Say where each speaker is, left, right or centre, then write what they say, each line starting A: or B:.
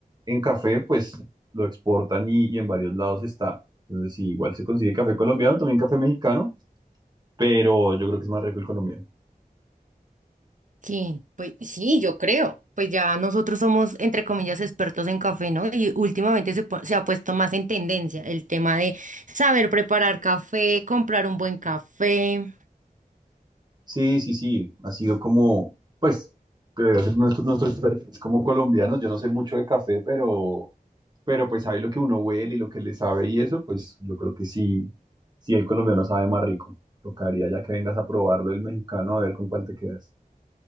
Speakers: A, on the right (about 30°); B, on the right (about 55°).
A: en café, pues lo exportan y, y en varios lados está. Entonces, sí, igual se consigue café colombiano, también café mexicano, pero yo creo que es más rico el colombiano.
B: Sí, pues sí, yo creo. Pues ya nosotros somos, entre comillas, expertos en café, ¿no? Y últimamente se, pu- se ha puesto más en tendencia el tema de saber preparar café, comprar un buen café.
A: Sí, sí, sí, ha sido como, pues, que debe ser nuestro, nuestro expertise como colombianos. Yo no sé mucho de café, pero, pero pues ahí lo que uno huele y lo que le sabe y eso, pues yo creo que sí, sí el colombiano sabe más rico. Tocaría ya que vengas a probarlo el mexicano a ver con cuál te quedas.